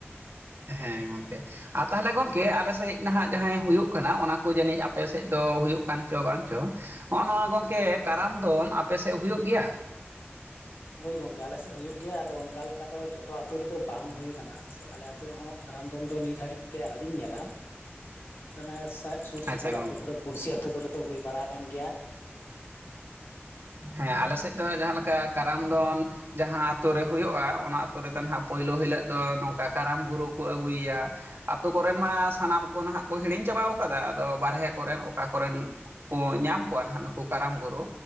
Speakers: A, on the right; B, on the left.
A: ᱦᱮᱸ ᱜᱚᱝᱠᱮ ᱟᱨ ᱛᱟᱦᱚᱞᱮ ᱜᱚᱢᱠᱮ ᱟᱞᱮ ᱥᱮᱫ ᱱᱟᱦᱟᱸᱜ ᱡᱟᱦᱟᱸᱭ ᱦᱩᱭᱩᱜ ᱠᱟᱱᱟ ᱚᱱᱟ ᱠᱚ ᱡᱟᱹᱱᱤᱡ ᱟᱯᱮ ᱥᱮᱫ ᱫᱚ ᱦᱩᱭᱩᱜ ᱠᱟᱱ ᱪᱚ ᱵᱟᱝ ᱪᱚ ᱦᱚᱸᱜᱼᱚ ᱱᱚᱣᱟ ᱜᱚᱝᱠᱮ ᱠᱟᱨᱟᱢ ᱫᱚᱱ ᱟᱯᱮ ᱥᱮᱫ ᱦᱩᱭᱩᱜ ᱜᱮᱭᱟ
B: ᱦᱳᱭ ᱜᱚᱝᱠᱮ ᱟᱞᱮᱥᱮᱫ ᱦᱳᱭᱳᱜ ᱜᱮᱭᱟ ᱟᱫᱚ ᱚᱱᱠᱟ ᱞᱮᱠᱟ ᱫᱚ ᱡᱚᱛᱚ ᱟᱛᱳ ᱨᱮᱫᱚ ᱵᱟᱝ ᱦᱳ ᱟᱠᱟᱱᱟ ᱥᱮ ᱟᱞᱮ ᱟᱛᱳ ᱨᱮᱦᱚᱸ ᱠᱟᱨᱟᱢ ᱫᱚᱱ ᱫᱚ ᱱᱤᱛ ᱦᱟᱹᱨᱤᱡ ᱛᱮ ᱟᱹᱣᱨᱤᱧ ᱧᱮᱞᱟ <unintelligible> ᱥᱩᱨ ᱥᱩᱯᱩᱨ
A: ᱟᱪᱪᱷᱟ ᱜᱚᱝᱠᱮ
B: ᱟᱛᱳ ᱠᱚᱨᱮ ᱯᱩᱲᱥᱤ ᱟᱛᱳ ᱠᱚᱨᱮᱫ ᱫᱚ ᱦᱩᱭ ᱵᱟᱲᱟ ᱟᱠᱟᱱ ᱜᱮᱭᱟ
A: ᱦᱮᱸ ᱟᱞᱮ ᱥᱮᱫ ᱫᱚ ᱡᱟᱦᱟᱸ ᱞᱮᱠᱟ ᱠᱟᱨᱟᱢ ᱫᱚᱱ ᱡᱟᱦᱟᱸ ᱟᱛᱳ ᱨᱮ ᱦᱩᱭᱩᱜᱼᱟ ᱚᱱᱟ ᱟᱹᱛᱩ ᱨᱮᱫᱚ ᱱᱟᱦᱟᱸᱜ ᱯᱳᱭᱞᱳ ᱦᱤᱞᱳᱜ ᱫᱚ ᱱᱚᱝᱠᱟ ᱠᱟᱨᱟᱢ ᱜᱩᱨᱩ ᱠᱚ ᱟᱹᱜᱩᱭᱮᱭᱟ ᱟᱛᱳ ᱠᱚᱨᱮᱱ ᱢᱟ ᱥᱟᱱᱟᱢ ᱠᱚ ᱱᱷᱟᱜ ᱠᱚ ᱦᱤᱲᱤᱧ ᱪᱟᱵᱟᱣ ᱠᱟᱫᱟ᱾ ᱟᱫᱚ ᱵᱟᱨᱦᱮ ᱠᱚᱨᱮᱱ ᱚᱠᱟ ᱠᱚᱨᱮᱱ ᱼᱼ ᱠᱚ ᱧᱟᱢ ᱠᱚᱣᱟ ᱱᱟᱦᱟᱸᱜ ᱱᱩᱠᱩ ᱠᱟᱨᱟᱢ ᱜᱩᱨᱩ